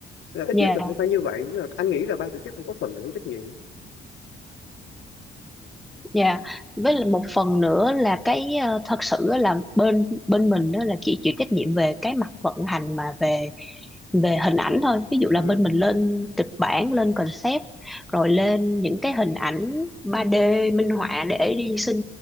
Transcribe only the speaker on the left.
là ít
nhất là cũng phải như vậy Tức là anh nghĩ là ban tổ chức cũng có phần là có trách nhiệm
ừ.